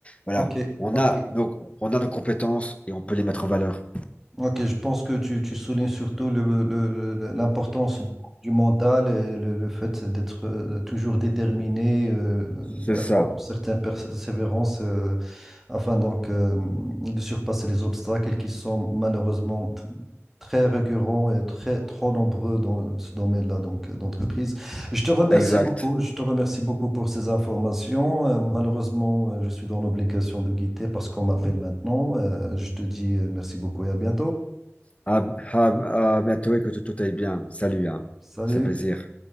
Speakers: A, on the left; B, in the centre.
A: Voilà,
B: Ok,
A: on
B: ok,
A: a nos, on a nos compétences et on peut les mettre en valeur.
B: ok. Je pense que tu, tu soulignes surtout le- le- le- l'importance du mental et le, le fait d'être euh, toujours déterminé euh,
A: C'est
B: et avoir
A: ça,
B: une certaine persévérance. euh, afin donc euh, de surpasser les obstacles qui sont malheureusement t- très récurrents et très trop nombreux dans ce domaine-là donc euh, d'entreprise. Je te remercie
A: exact.
B: beaucoup, je te remercie beaucoup pour ces informations. Euh, malheureusement, euh, je suis dans l'obligation de quitter parce qu'on m'appelle maintenant. Euh, je te dis euh, merci beaucoup et à bientôt.
A: À, à- à bientôt et que tout, tout aille bien. Salut, hein.
B: Salut.
A: C'est plaisir.